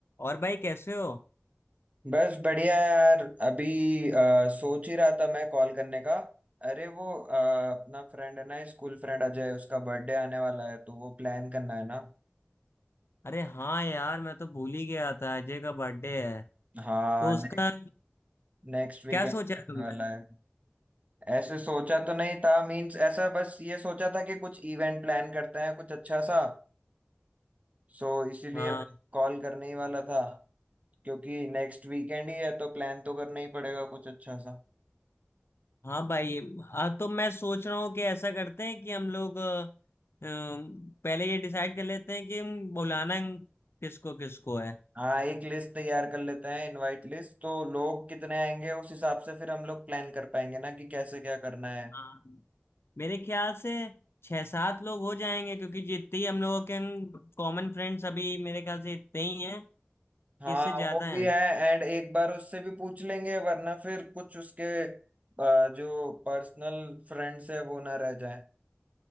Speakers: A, on the left; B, on the right.
A: और भाई कैसे हो
B: बस बढ़िया यार अभी अ, सोच ही रहा था मैं कॉल करने का अरे वो अ, अपना फ्रेंड है ना स्कूल फ्रेंड अजय उसका बर्थडे आने वाला है तो वो प्लान करना है ना
A: अरे हाँ यार मैं तो भूल ही गया था अजय का बर्थडे है
B: हाँ
A: तो उसका
B: ने, नेक्स्ट वीकेंड
A: क्या सोचा
B: आने
A: है तुमने
B: वाला है ऐसे सोचा तो नहीं था मींस ऐसा बस ये सोचा था कि कुछ इवेंट प्लान करते हैं कुछ अच्छा सा सो इसीलिए
A: हाँ
B: कॉल करने ही वाला था क्योंकि नेक्स्ट वीकेंड ही है तो प्लान तो करना ही पड़ेगा कुछ अच्छा सा
A: हाँ भाई हाँ तो मैं सोच रहा हूँ कि ऐसा करते हैं कि हम लोग अ, अम, पहले ये डिसाइड कर लेते हैं कि हम बुलाना किसको किसको है
B: हाँ एक लिस्ट तैयार कर लेते हैं इनवाइट लिस्ट तो लोग कितने आएंगे उस हिसाब से फिर हम लोग प्लान कर पाएंगे ना कि कैसे क्या करना है
A: हाँ मेरे ख्याल से छह सात लोग हो जाएंगे क्योंकि जितने ही हम लोगों के कॉमन फ्रेंड्स अभी मेरे ख्याल से इतने ही हैं कि
B: हाँ
A: इससे ज्यादा
B: वो
A: हैं
B: भी है एंड एक बार उससे भी पूछ लेंगे वरना फिर कुछ उसके अ, जो पर्सनल फ्रेंड्स है वो ना रह जाए